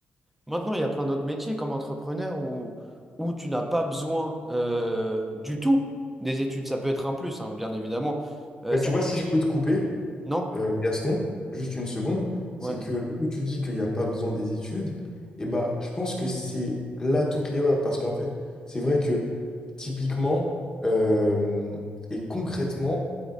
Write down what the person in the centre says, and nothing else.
Maintenant, il y a plein d'autres métiers comme entrepreneur où, où tu n'as pas besoin euh, du tout des études. Ça peut être un plus, hein, bien évidemment. Euh,
ça...
Non?
Ouais.